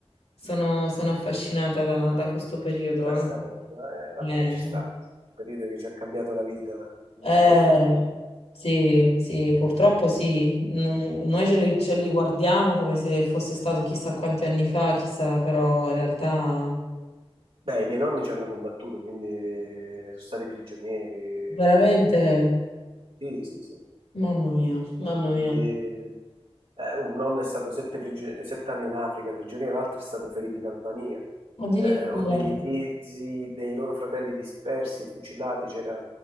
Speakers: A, on the left; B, on the right.
A: Sono, sono affascinata da, da questo periodo
B: da
A: anche.
B: sta roba, eh, vabbè,
A: Eh.
B: ci sta. Il periodo che ci ha cambiato la vita. <laughs>
A: Eh, sì, sì, purtroppo sì. Non- noi ce li, ce li guardiamo come se fosse stato chissà quanti anni fa, chissà, però in realtà
B: Beh, i miei nonni ci hanno combattuto, quindi eh, sono stati prigionieri
A: veramente,
B: pure. Sì, sì, sì.
A: mamma mia, mamma
B: Quindi
A: mia.
B: eh, un nonno è stato sette, prigio- sette anni in Africa prigioniero, l'altro è stato ferito in Albania.
A: Addirittura.
B: Eh, ho degli zii, zii dei loro fratelli dispersi, fucilati. C'era